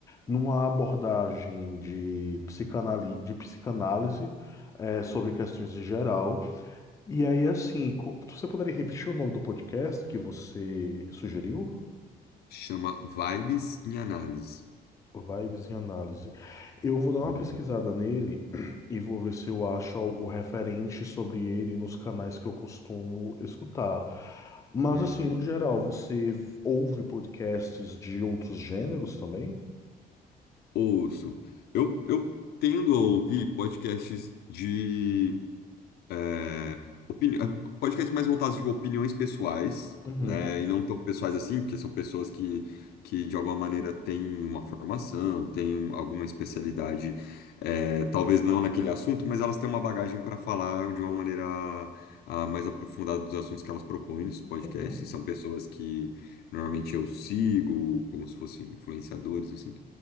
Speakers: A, on the left; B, on the left.
A: numa abordagem de, psicanali... de psicanálise é, sobre questões em geral. E aí, assim, co- você poderia repetir o nome do podcast que você sugeriu?
B: Chama Vibes em Análise.
A: Vibes em análise. Eu vou dar uma
B: Uhum.
A: pesquisada nele <clears throat> e vou ver se eu acho algo referente sobre ele nos canais que eu costumo escutar. Mas,
B: Uhum.
A: assim, no geral, você ouve podcasts de outros gêneros também?
B: Ouço. Eu, eu tendo a ouvir podcasts de é, opini- é, podcasts mais voltados tipo, a opiniões pessoais,
A: Uhum.
B: né? E não tão pessoais assim, porque são pessoas que, que de alguma maneira têm uma formação, têm um- alguma especialidade, é, talvez não naquele assunto, mas elas têm uma bagagem para falar de uma maneira ah, mais aprofundada dos assuntos que elas propõem nos podcasts.
A: Uhum.
B: E são pessoas que normalmente eu sigo, como se fossem influenciadores, assim.